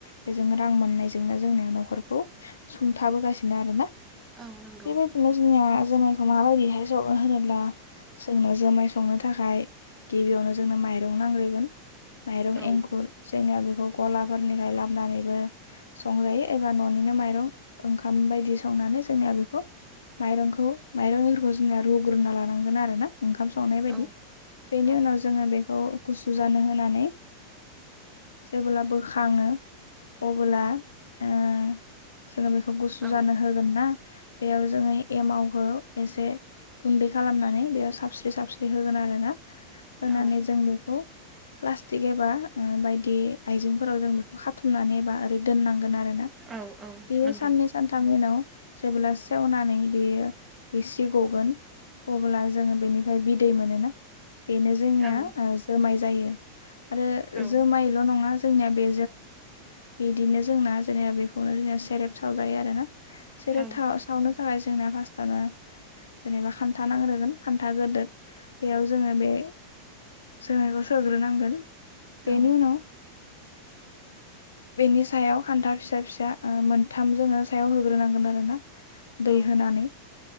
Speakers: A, on the left; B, on the right.
A: बेजों रां मोननायजोंनो जोंनिया न'खरखौ सुंथाबोगासिनो आरो ना
B: औ नंगौ
A: बे बायदिनो जोंना जुमायखौ माबायदिहाय सङो होनोब्ला जोंनो जुमाय संनो थाखाय गिबियावनो जोंनो माइरं नांग्रोगोन माइरं
B: औ
A: एंखुर जोंनिया बेखौ गलाफोरनिफ्राय लाबो नानैबो संजायो एबा न'निनो माइरं ओंखाम बायदि संनानै जोंनिया बेखौ माइरंखौ माइरं <unintelligible> जोंनिया रुग्रोना लानांगोन आरो ना ओंखाम संनाय बायदि
B: औ
A: बेनि
B: औ
A: उनाव जोङो बेखौ गुसु जानो होनानै जेबोला बोखाङो अबोला ओ जोङो बेखौ गुसु
B: औ
A: जानो होगोन ना बेयाव जोङो एमाव खौ एसे गुन्दै खालामनानै बेयाव साबस्रि साबस्रि होगोन आरो ना होनानै
B: औ
A: जों बेखौ प्लास्टिक एबा बायदि आइजेंफोराव जों खौ खाथुमनानै बा ओरै दोननांगोन आरो ना
B: औ औ
A: बेयो
B: नंगौ
A: साननै सानथामनि उनाव जेबोला सेवनानै बेयो रोसि गगोन अबोला जोङो बिनिफ्राय बिदै मोननो ना बेनो जोंनिया
B: औ
A: जोमाय जायो आरो
B: औ
A: जोमायल' नङा जोंनिया बे बिदिनो जोंना जेनेबा बेखौनो जोंना सेरेब सावजायो आरो ना सेरेब
B: औ
A: थाव सावनो थाखाय जोंना फार्स्टावनो जेनेबा खान्था नांग्रोगोन खान्था गोदोद बेयाव जोङो बे जोमायखौ सोग्रोनांगोन बेनि
B: औ
A: उनाव बेनि सायाव खान्था फिसा फिसा ओ मोनथाम जोनो सायाव होग्रोनांगोन आरो ना दै
B: औ
A: होनानै